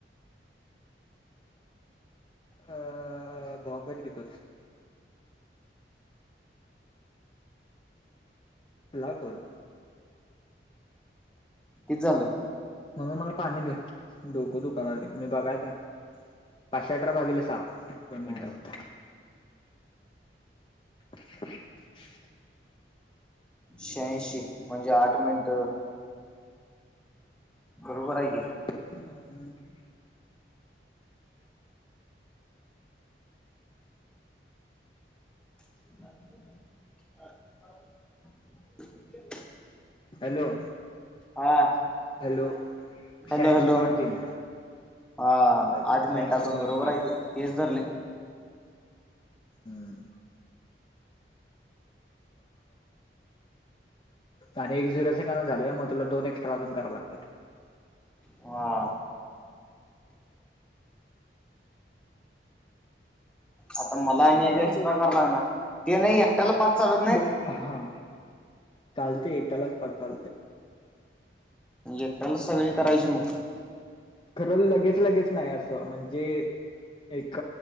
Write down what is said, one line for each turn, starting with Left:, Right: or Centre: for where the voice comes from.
Left: अ भाकर कि तोच लागून
Centre: किती झालं
Left: मम्मे मला पाणी दे डोकं दुखाललंय मी बघायच आहे पाचशे अठरा भागीले सहा दोन मिनिटं
Centre: हम्म
Left: <inaudible>
Centre: शह्यांऐंशी म्हणजे आठ मिनिटं बरोबर आहे की
Left: हम् हम्
Centre: <inaudible>
Left: हॅलो
Centre: हा
Left: हॅलो
Centre: हॅलो
Left: शह्यांऐंशी
Centre: हॅलो
Left: पॉइंट तीन
Centre: हा
Left: हॅलो
Centre: आठ मिनिटाचं
Left: शहाऐंशी पॉईंट
Centre: बरोबर
Left: तीन
Centre: आहे ते तेच धरलय
Left: हम्म आणि एक झिरोच काम झालं मग तुला दोन एक्स्ट्रा अजून करावं लागतात
Centre: हा आता मला
Left: अ
Centre: आणि एक एक्स्ट्रा
Left: दो
Centre: करायला लागणार ते नाही एकट्याला पाच चालत नाहीत
Left: दो हा चालते एकटालाच पाच चालते
Centre: एकट्यानेच सगळी करायची मग
Left: खरं लगेच लगेच नाही असं म्हणजे एक